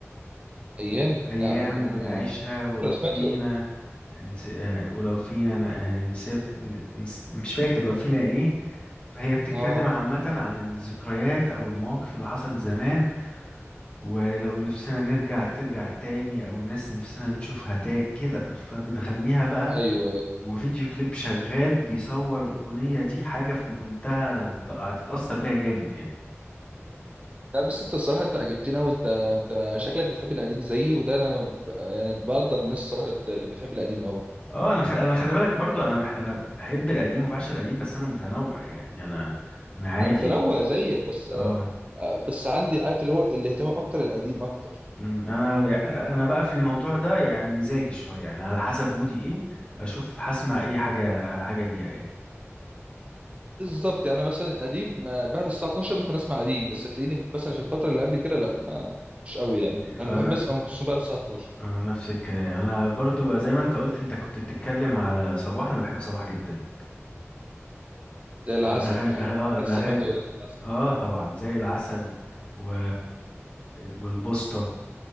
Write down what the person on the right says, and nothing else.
ايام
لا ممكن
آه،
ممكن لو سمعت
له
اه
ايوه ايوه
لا بس انت الصراحه انت عجبتني قوي انت انت شكلك بتحب القديم زيي وده انا ب... يعني بقدر الناس الصراحه اللي بت... بتحب القديم قوي
انا متنوع زيك بس
آه، بس عندي عارف اللي هو الاهتمام اكتر القديم اكتر
بالظبط يعني أنا مثلا القديم آه، بعد الساعه 12 ممكن اسمع قديم بس تلاقيني مثلا في الفتره اللي قبل كده لا ما مش قوي يعني
انا بحب اسمع ام كلثوم بعد الساعه 12
زي
العسل
اكيد
سمعت اغنيه زي العسل